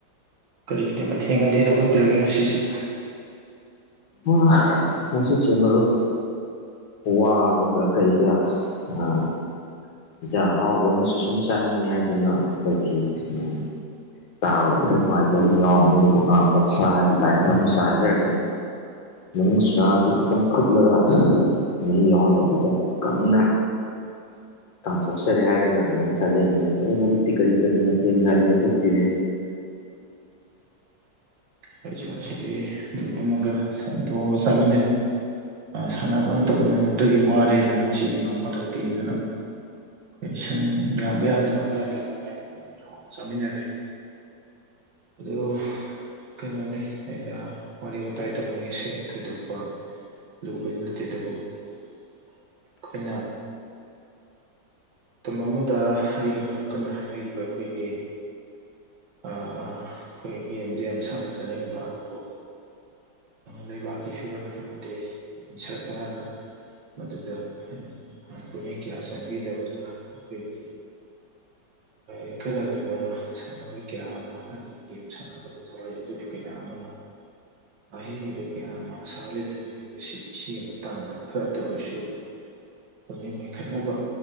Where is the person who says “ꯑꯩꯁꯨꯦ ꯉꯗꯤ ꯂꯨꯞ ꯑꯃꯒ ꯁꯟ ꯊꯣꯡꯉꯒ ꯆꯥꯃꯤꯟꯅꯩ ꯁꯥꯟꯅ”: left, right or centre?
Right